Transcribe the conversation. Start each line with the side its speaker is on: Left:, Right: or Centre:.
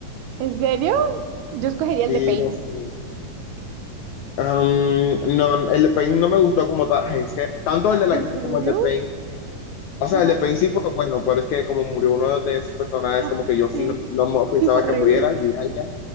Right: ¿En serio? Yo escogería el
Left: Sí,
Right: de Pain.
Left: no sé. Am, no, el de Pain no me gustó como tal, Ay, es que tanto el de la
Right: ¿En
Left: guerra
Right: serio?
Left: como el de Pain, o sea,
Right: Ajá.
Left: el de Pain sí fue bueno, pero es que como murió uno de esos personajes,
Right: Ah,
Left: como que yo
Right: sí,
Left: sí no, no mo- pensaba
Right: sí, fue horrible.
Left: que muriera, Jiraiya,